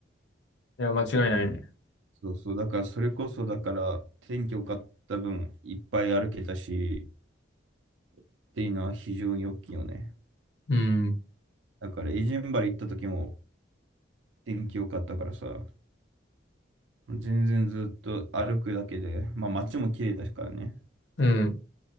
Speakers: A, on the left (about 65°); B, on the right (about 80°).
A: いや、間違いないね。
B: そうそう、だからそれこそ、だから天気良かった分、いっぱい歩けたし、っていうのは非常に大きいよね。
A: うん。
B: だから、エジンバル行った時も天気良かったからさ、全然ずっと歩くだけで、まあ街も綺麗だからね。
A: うん。